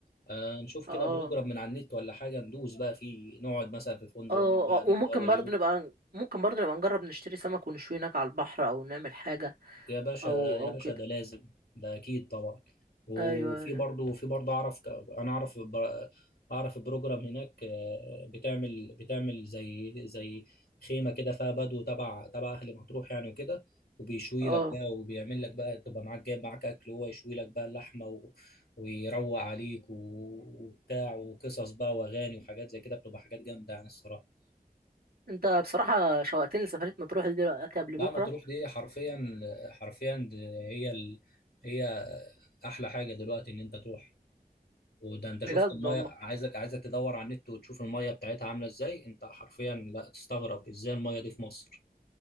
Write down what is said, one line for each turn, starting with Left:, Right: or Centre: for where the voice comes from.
Left: آه، نشوف
Right: اه
Left: كده بروجرام من على النت ولا حاجه ندوس بقى فيه نقعد مثلا في فندق
Right: اه اه،
Left: نبدا نبدا
Right: اه. وممكن
Left: اول
Right: برضه
Left: يوم
Right: نبقى ممكن برضه نبقى نجرب نشتري سمك ونشوي هناك على البحر او نعمل حاجة
Left: يا باشا
Right: او
Left: يا
Right: او
Left: باشا
Right: كده
Left: ده لازم ده اكيد طبعا وفي
Right: ايوه ايوه
Left: برضه في برضه اعرف ك- انا اعرف ب- اعرف بروجرام هناك آه، بتعمل بتعمل زي زي خيمه كده فيها بدو تبع تبع اهل مطروح يعني وكده وبيشوي
Right: اه
Left: لك بقى وبيعمل لك بقى تبقى معاك جايب معاك اكل وهو يشوي لك بقى اللحمه و... ويروق عليك و- وبتاع وقصص بقى واغاني وحاجات زي كده بتبقى حاجات جامده يعني الصراحه
Right: انت بصراحة شوقتني لسفرية مطروح دي دلوقتي قبل
Left: لا
Right: بكرة
Left: مطروح دي حرفيا حرفيا دي هي ال... هي احلى حاجه دلوقتي ان انت تروح وده انت
Right: بجد
Left: شفت الميه
Right: والله
Left: عايزك عايزك تدور على النت وتشوف الميه بتاعتها عامله ازاي انت حرفيا لا تستغرب ازاي الميه دي في مصر